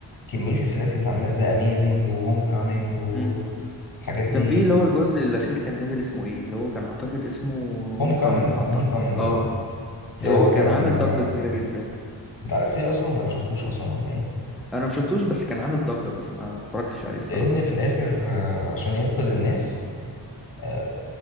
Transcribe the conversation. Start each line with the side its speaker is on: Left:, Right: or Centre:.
Left: كمية السلاسل اللي عملها ذا أميزنج وهوم كامينج والحاجات
Centre: امم
Left: دي
Centre: كان في اللي هو الجزء الاخير كان نازل اسمه ايه اللي هو كان اعتقد اسمه هوم
Left: هوم كامينج
Centre: كومينج اعتقد
Left: هوم كامينج
Centre: اه
Left: أه اللي
Centre: إيه،
Left: هو
Centre: كان
Left: كان
Centre: عامل
Left: آه،
Centre: ضجة كبيرة جدا
Left: أنت عارف ليه أصلا ولا شفتوش أصلا ولا إيه؟
Centre: انا ما شفتوش بس كان عامل ضجة بس ما اتفرجتش عليه الصراحة
Left: لأن في الآخر آه عشان ينقذ الناس آه